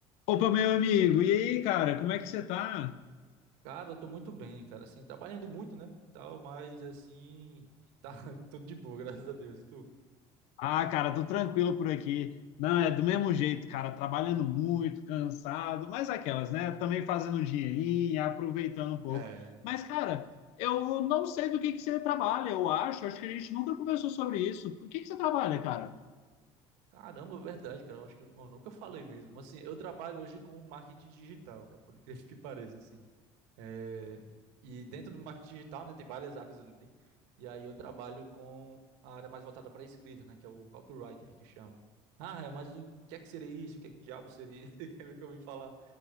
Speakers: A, on the left (about 75°); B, on the right (about 85°).
A: Opa, meu amigo, e aí, cara, como é que você tá?
B: Cara, eu tô muito bem, cara, assim, trabalhando muito, né, e tal, mas, assim, tá <laughs> tudo de boa, graças a Deus, e tu?
A: Ah, cara, tô tranquilo por aqui. Não, é do mesmo jeito, cara, trabalhando muito, cansado, mas aquelas, né? Também fazendo um dinheirinho, aproveitando um pouco.
B: É,
A: Mas, cara, eu não sei do que que você trabalha, eu acho, acho que a gente nunca conversou sobre isso. O que que você trabalha, cara?
B: caramba, verdade, cara, eu acho que eu nunca falei mesmo, assim, eu trabalho hoje com marketing digital, cara, por incrível que pareça, assim, é, e dentro do marketing digital, né, tem várias áreas ali, e aí eu trabalho com a área mais voltada para escrita, né, que é o copywriter que chama. Ah, é, mas o que é que seria isso? O que é que diabo seria? isso? <laughs> Quer me que eu ouvi falar?